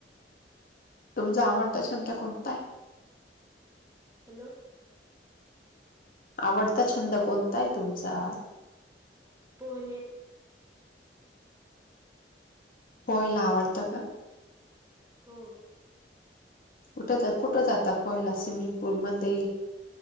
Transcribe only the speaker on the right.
हॅलो.
पोहने.
हो.